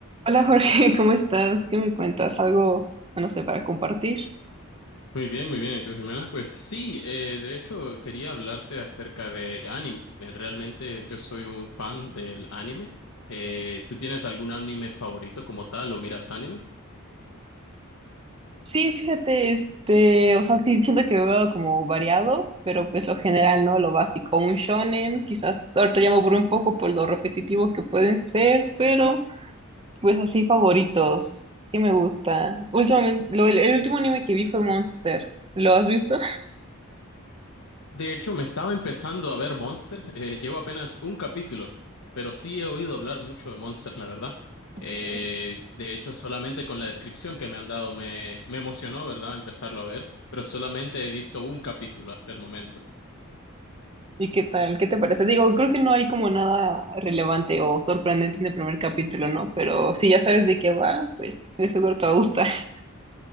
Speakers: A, on the right (about 25°); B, on the left (about 75°).
A: Hola Jorge, <laughs> ¿cómo estás? ¿Qué me cuentas? ¿Algo, no sé, para compartir?
B: Muy bien, muy bien. ¿Y tú, Jimena? Pues sí, eh, de hecho quería hablarte acerca de anime. Realmente yo soy un fan del anime. Eh, ¿tú tienes algún anime favorito como tal o miras anime?
A: Sí, fíjate, este, o sea, sí, siento que veo como variado, pero pues lo general, ¿no? Lo básico, un shonen, quizás ahorita ya me aburro un poco por lo repetitivo que pueden ser, pero pues así favoritos, que me gusta. Últimamente, lo- el último anime que vi fue Monster, ¿lo has visto?
B: De hecho, me estaba empezando a ver Monster. <laughs> Eh, llevo apenas un capítulo, pero sí he oído hablar mucho de Monster, la verdad.
A: Ok.
B: Eh, de hecho, solamente con la descripción que me han dado me, me emocionó, ¿verdad? Empezarlo a ver, pero solamente he visto un capítulo hasta el momento.
A: ¿Y qué tal? ¿Qué te parece? Digo, creo que no hay como nada relevante o sorprendente en el primer capítulo, ¿no? Pero si ya sabes de qué va, pues de seguro te va a gustar. <laughs>